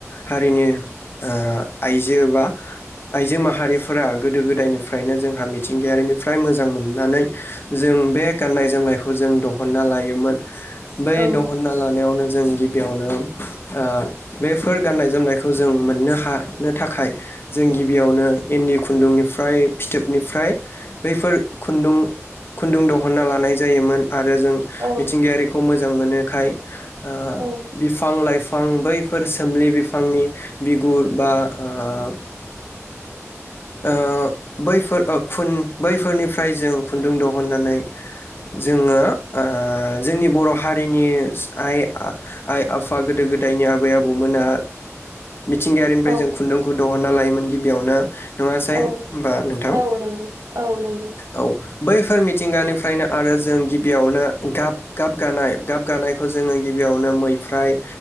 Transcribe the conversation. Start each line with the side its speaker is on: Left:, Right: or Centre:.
Left: हारिनि ओ आइजो बा आइजो माहारिफोरा गोदो गोदायनिफ्रायनो जोंहा मिथिंगायारिनिफ्राय मोजां मोननानै जों बे गाननाय जोमनायखौ जों दहनना लायोमोन बै
Right: औ
Left: दहनना लानायावनो जों गि बियावनो ओ बेफोर गान्नाय जोमनायखौ जों मोननो हानो थाखाय जों गिबियावनो इन्दि खुन्दुंनिफ्राय फिथोबनिफ्राय बैफोर खुन्दुं खुन्दुं दिहनना लानाय जायोमोन आरो जों
Right: औ
Left: मिथिंगायारि मोनोखाय ओ
Right: औ
Left: बिफां लाइफ फां बैफोर सोमलि बिफांनि बिगुर बा ओ ओ बैफोर ओ खुन बैफोरनिफ्राय जों खुनदुं दहननानै जोङो ओ जोंनि बर' हारिनि आइ आइ आफा गोदो गोदायनि आबै आबौमोना मिथिंगायारिनिफ्राय
Right: औ
Left: जों खुन्दुंखौ दिहुनना लायोमोन गिबियावनो नङासै
Right: औ
Left: होमबा नोंथां
Right: औ नंगौ औ नंगौ
Left: औ। बैफोर मिथिंगानिफ्रायनो आरो जों गिबियावनो गाब गाब गानाय गाब गानायखौ जोङो गिबियावनो मैफ्राय